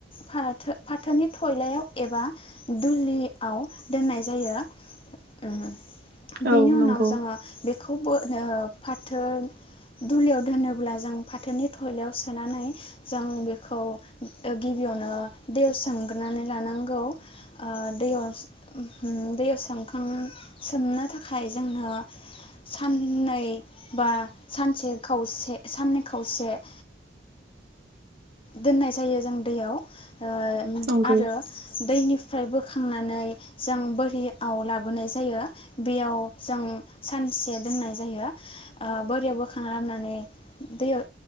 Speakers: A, on the left (about 30°); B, on the right (about 55°).
A: फाथो -फाथोनि थयलायाव एबा दुलिआव दोननाय जायो उम
B: औ
A: बिनि उनाव
B: नंगौ
A: जोङो बे खौबो ओ फाथो दुलियाव दोनोब्ला जों फाथोनि थयलायाव सोनानै जों बेखौ ओ गिबियावनो दैयाव सोमग्रोनानै लानांगौ ओ दैयाव उम हुम दैयाव सोमखां सोमनो थाखाय जोंनो साननै बा सानसे खावसे साननै खावसे ओ दोननाय जायो जों दैयाव। ओ उम
B: नंगौ
A: आरो दैनि फ्राय बोखांनानै जों बोरिआव लाबोनाय जायो बेयाव जों सानसे दोननाय जायो ओ बोरियाव बोखांना लाबनानै दैयाव